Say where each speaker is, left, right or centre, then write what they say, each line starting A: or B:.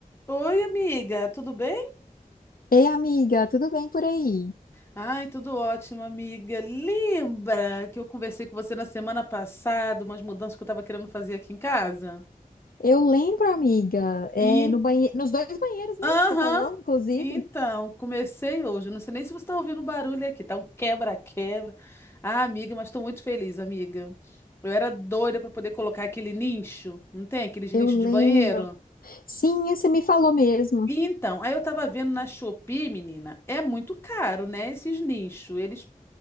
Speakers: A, on the left; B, on the left.
A: Oi, amiga, tudo bem?
B: Ei, amiga, tudo bem por aí?
A: Ai, tudo ótimo, amiga. Lembra que eu conversei com você na semana passada, umas mudanças que eu estava querendo fazer aqui em casa?
B: Eu lembro, amiga, é,
A: E,
B: no banhe... nos dois banheiros, né?
A: aham,
B: Que você falou, inclusive.
A: então, comecei hoje. Eu Não sei nem se você está ouvindo barulho aqui, tá um quebra-quebra. Ah, amiga, mas estou muito feliz, amiga. Eu era doida para poder colocar aquele nicho, não tem? Aqueles nicho
B: Eu lembro.
A: de banheiro?
B: Sim, você me falou mesmo.
A: Então, aí eu tava vendo na Shopee, menina, é muito caro, né? Esses nichos. Eles